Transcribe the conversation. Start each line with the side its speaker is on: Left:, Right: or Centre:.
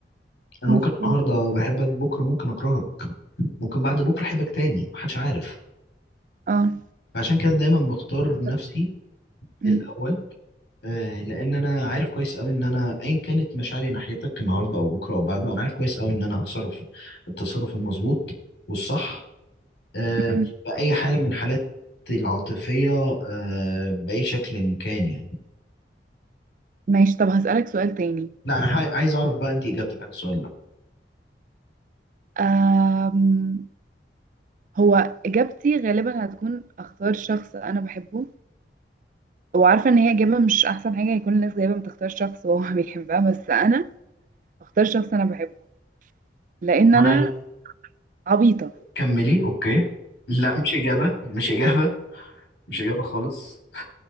Left: انا
Right: مظبوط
Left: ممكن النهارده بحبك بكره ممكن اكرهك ممكن بعد بكره احبك تاني محدش عارف
Right: اه
Left: فعشان كده دايما بختار نفسي
Right: طب- مم.
Left: الاول آه، لان انا عارف كويس قوي ان انا ايا كانت مشاعري ناحيتك النهارده او بكره او بعده انا عارف كويس قوي ان انا هتصرف التصرف المظبوط والصح آه،
Right: مم.
Left: في أي حالة من حالات العاطفية آه، بأي شكل إن كان يعني
Right: ماشي طب هسألك سؤال تاني
Left: لا أنا حا- عايز أعرف بقى أنت إجابتك عن السؤال ده
Right: أم هو اجابتي غالبا هتكون اختار شخص انا بحبه وعارفه ان هي اجابه مش احسن حاجه يكون الناس جايبه بتختار شخص وهو <laughs> بيحبها بس انا اختار شخص انا بحبه لان
Left: وأنا
Right: انا
Left: عايز
Right: عبيطه
Left: كملي أوكي لا مش إجابة مش إجابة مش إجابة خالص